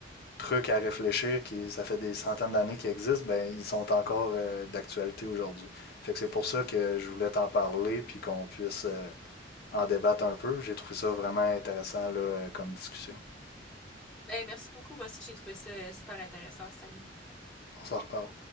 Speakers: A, on the left; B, in the centre.
A: trucs à réfléchir qui ça fait des centaines d'années qu'ils existent, ben ils sont encore euh, d'actualité aujourd'hui. Fait que c'est pour ça que je voulais t'en parler puis qu'on puisse euh, en débattre un peu. J'ai trouvé ça vraiment intéressant là, euh, comme discussion.
B: Ben, merci beaucoup, moi aussi j'ai trouvé ça euh, super intéressant, salut.
A: On s'en reparle.